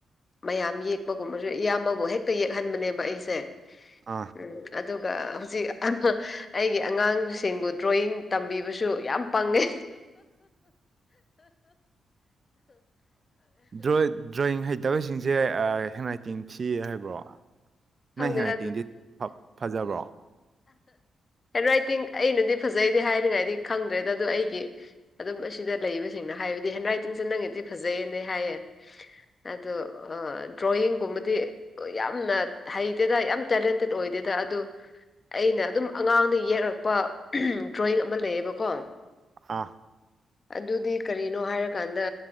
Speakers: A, on the left; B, on the right.
A: ꯃꯌꯥꯝ ꯌꯦꯛꯄꯒꯨꯝꯕꯁꯨ ꯏꯌꯥꯝꯕꯕꯨ ꯍꯦꯛꯇ ꯌꯦꯛꯍꯟꯕꯅꯦꯕ ꯑꯩꯁꯦ
B: ꯑꯥ
A: ꯎꯝ ꯑꯗꯨꯒ ꯍꯧꯖꯤꯛ ꯑꯩꯒꯤ ꯑꯉꯥꯡꯁꯤꯡꯕꯨ ꯗ꯭ꯔꯣꯌꯤꯡ ꯇꯝꯕꯤꯕꯁꯨ ꯌꯥꯝ ꯄꯪꯉꯦ
B: ꯗ꯭ꯔꯣ ꯗ꯭ꯔꯣꯌꯤꯡ ꯍꯩꯇꯕꯁꯤꯡꯁꯦ ꯍꯦꯟꯂꯥꯏꯇꯤꯡ ꯊꯤ ꯍꯥꯏꯕ꯭ꯔꯣ
A: ꯈꯪꯗꯦꯗ
B: ꯅꯪ ꯍꯦꯟꯔꯥꯏꯇꯤꯡꯗꯤ ꯐꯖꯕ꯭ꯔꯣ
A: ꯍꯦꯟꯔꯥꯏꯇꯤꯡ ꯑꯩꯅꯗꯤ ꯐꯖꯩꯗꯤ ꯍꯥꯏꯅꯤꯡꯉꯥꯏꯗꯤ ꯈꯪꯗ꯭ꯔꯦꯗ ꯑꯗꯨ ꯑꯩꯒꯤ ꯑꯗꯨꯝ ꯑꯁꯤꯗ ꯂꯩꯕꯁꯤꯡꯅ ꯍꯥꯏꯕꯗꯤ ꯍꯦꯟ ꯔꯥꯏꯇꯤꯡꯁꯨ ꯅꯪꯉꯤꯗꯤ ꯐꯖꯩꯌꯦꯅ ꯍꯥꯏꯌꯦ ꯑꯗꯣ ꯑ ꯗ꯭ꯔꯣꯌꯤꯡ ꯒꯨꯝꯕꯗꯤ ꯌꯥꯝꯅ ꯍꯩꯇꯦꯗ ꯌꯥꯝ ꯇꯦꯂꯦꯟꯇꯦꯠ ꯑꯣꯏꯗꯦꯗ ꯑꯗꯨ ꯑꯩꯅ ꯑꯗꯨꯝ ꯑꯉꯥꯡꯅ ꯌꯦꯛꯂꯛꯄ ꯗ꯭ꯔꯣꯋꯤꯡ ꯑꯃ ꯂꯩꯌꯦꯕꯀꯣ
B: ꯑꯥ
A: ꯑꯗꯨꯗꯤ ꯀꯔꯤꯅꯣ ꯍꯥꯏꯔꯀꯥꯟꯗ